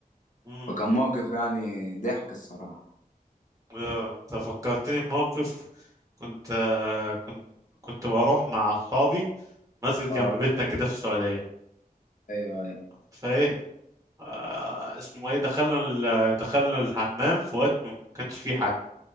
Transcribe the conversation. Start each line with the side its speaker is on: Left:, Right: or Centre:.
Right: امم
Left: فكان موقف يعني ضحك الصراحة
Right: آه، انت فكرتني بموقف كنت آه كنت كنت بروح مع اصحابي مسجد جنب
Left: اه
Right: بيتنا كده في السعودية
Left: ايوه ايوه
Right: فايه آه اسمه ايه دخلنا ال... دخلنا الحمام في وقت ما كانش فيه حد